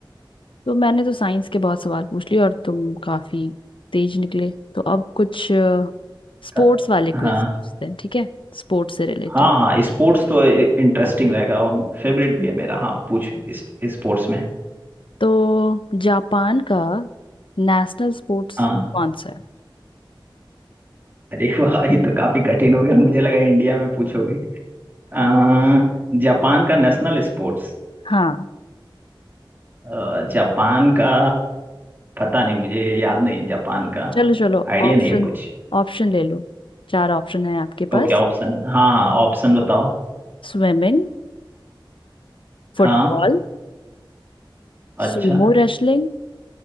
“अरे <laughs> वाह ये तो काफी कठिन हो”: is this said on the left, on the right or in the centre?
Right